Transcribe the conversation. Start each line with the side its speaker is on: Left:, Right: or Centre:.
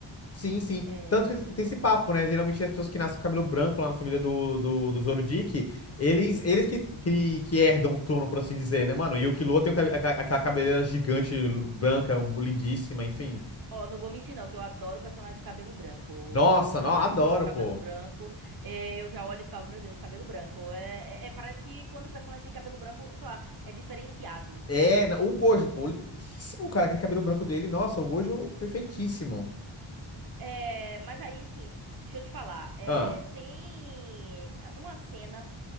Left: Sim, sim.
Right: É...
Left: Tanto que tem esse papo, né? Geralmente as pessoas que nascem com cabelo branco lá na família do, do, do Zorodick, eles,
Right: uhum.
Left: eles que, que, que herdam o trono, por assim dizer, né, mano? E o Killua tem o cabe- aca- aquela cabeleira gigante, branca, lindíssima, enfim.
Right: Ó, não vou mentir não, que eu adoro personagem de cabelo branco.
Left: Nossa,
Right: Todo personagem
Left: não, adoro,
Right: que tem um cabelo
Left: pô.
Right: branco, é, eu já olho e falo, meu Deus, cabelo branco. É, é- é- parece que quando o personagem tem cabelo branco, sei lá, é diferenciado.
Left: É, na- o Gojo, pô, lindíssimo, cara, aquele cabelo branco dele. Nossa, o Gojo, perfeitíssimo.
Right: É, mas aí, sim, deixa eu te falar. é,
Left: Ah,
Right: tem uma cena